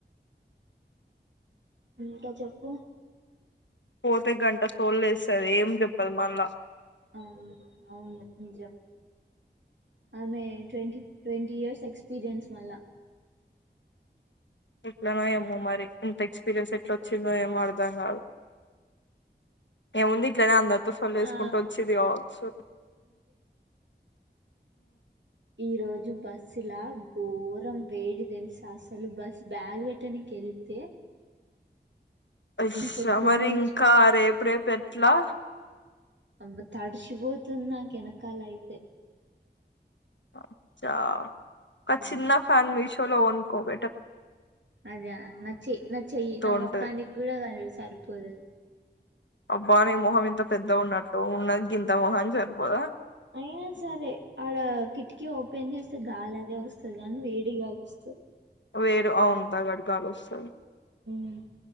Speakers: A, on the right; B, on the left.
A: ఇంకా చెప్పు
B: పోతే గంట తోల్ లేస్తది ఏం చెప్పదు మళ్ళా
A: అవును అవును నిజం ఆమె టోటి ట్వంటీ ఇయర్స్ ఎక్స్పీరియన్స్ మళ్ళ
B: ఎట్లనో ఏమో మరి ఇంత ఎక్స్పీరియన్స్ ఎట్లా వచ్చిందో ఏమో అర్దాం గాదు ఏముంది ఇట్లనే అందరితో సోల్లు వేసుకుంటూ
A: ఆ
B: వచ్చి ఇది కావచ్చు
A: ఈరోజు బస్సులా ఘోరం వేడి తెలుసా అసలు బస్ బ్యాగ్ పెట్టడానికి వెళ్తే
B: అయ్యా
A: పొద్దున్నుంచి
B: మరి ఇంకా రేపు రేపు ఎట్లా
A: అబ్బా తడిషి పోతుంది నాకు ఎనకాలెత్
B: అచ్చా ఒక
A: హ్మ్
B: చిన్న ఫ్యాన్ మీషోలో కోను కోబెటర్
A: అదా నా చె నా చెయ్యి నా
B: ఉంటది
A: మొక్కానికి గూడా సరిపోదుఅది
B: అబ్బా ని మొహం ఇంత పెద్ద ఉన్నట్టు ఉన్నది గింత మొహంనికి సరిపోదా
A: అయిన యినా సరే ఆడ కిటికీ ఓపెన్ చేస్తే గాలి అదె వస్తది గాని వేడిగాలిస్తది
B: వేరు అవును అగడిగాలి వస్తది
A: మ్